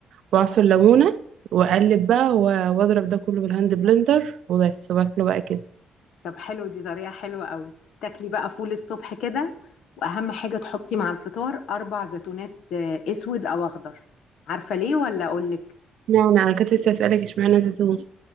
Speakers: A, on the right (about 75°); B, on the left (about 70°).
A: وأعصر ليمونة وأقلب بقى و- وأضرب ده كله بالهاند بلندر وبس وباكله بقى كده
B: طب حلو دي طريقه حلوه قوي تاكلي بقى فول الصبح كده واهم حاجه تحطي مع الفطار اربع زيتونات آه، اسود او اخضر عارفه ليه ولا اقولك
A: اشمعنى أنا كنت لسه أسألك اشمعنى زيتون